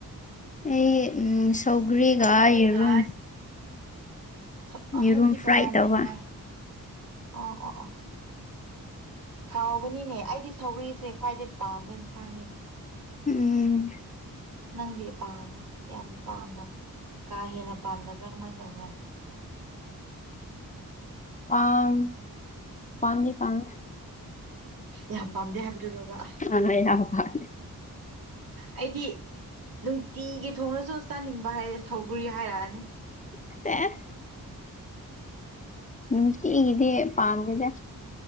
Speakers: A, on the left; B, on the right.
A: ꯑꯦꯝ ꯁꯧꯒꯔꯤꯒ
B: ꯁꯧꯒ꯭ꯔꯤꯒ
A: ꯌꯦꯔꯨꯝ
B: ꯑꯁ
A: ꯌꯦꯔꯨꯝ
B: ꯍꯥꯏꯕꯗꯤ
A: ꯐ꯭ꯔꯥꯏ
B: ꯇꯣꯉꯥꯟ
A: ꯇꯧꯕ
B: ꯇꯣꯉꯥꯟ ꯑꯣ ꯑꯣ ꯑꯣ ꯍꯥꯎꯕꯅꯤꯅꯦ ꯑꯩꯗꯤ ꯁꯧꯒꯔꯤꯁꯦ ꯈ꯭ꯋꯥꯏꯗꯩ ꯄꯥꯝꯕ ꯏꯟꯁꯥꯡꯅꯦ꯫
A: ꯎꯝ
B: ꯅꯪꯗꯤ ꯄꯥꯝ ꯌꯥꯝ ꯄꯥꯝꯅ ꯀꯥ ꯍꯦꯟꯅ ꯄꯥꯝꯗꯕ꯭ꯔꯥ ꯀꯃꯥꯏꯅ ꯇꯧꯕ꯭ꯔꯥ
A: ꯄꯝ ꯄꯅꯤ ꯄꯝ
B: ꯌꯥꯝ ꯄꯥꯝꯗꯦ ꯍꯥꯏꯕꯗꯨꯔꯣꯕ
A: ꯑ ꯌꯥ ꯐꯅꯦ꯫
B: ꯑꯩꯗꯤ ꯅꯨꯡꯇꯤꯒꯤ ꯊꯣꯡꯅꯁꯨ ꯆꯥꯅꯤꯡꯕ ꯍꯥꯏꯔꯔꯦ ꯁꯧꯒꯔꯤ ꯍꯥꯏꯔꯛꯑꯅꯤ꯫
A: <unintelligible> ꯅꯨꯡꯇꯤ ꯒꯤꯗꯤ ꯄꯥꯡꯝꯗ꯫